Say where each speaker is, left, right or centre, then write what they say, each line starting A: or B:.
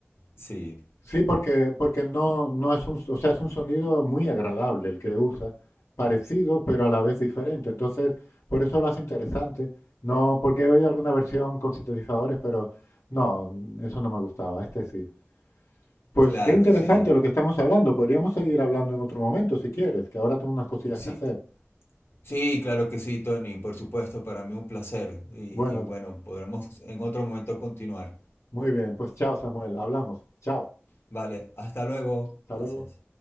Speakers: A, on the left; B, on the left.
A: sí,
B: Sí, porque, porque no, no es un, o sea, es un sonido muy agradable el que usa, parecido pero a la vez diferente. Entonces, por eso lo hace interesante. No, porque he oído alguna versión con sintetizadores, pero no, eso no me gustaba. Este sí. Pues
A: claro,
B: qué interesante
A: sí.
B: lo que estamos hablando. Podríamos seguir hablando en otro momento si quieres, que ahora tengo unas cosillas
A: Sí,
B: que hacer.
A: sí, claro que sí, Tony, por supuesto, para mí un placer. Y,
B: Bueno,
A: y bueno, podremos en otro momento continuar.
B: muy bien. Pues chao, Samuel. Hablamos. Chao.
A: Vale, hasta luego.
B: Hasta
A: Gracias.
B: luego.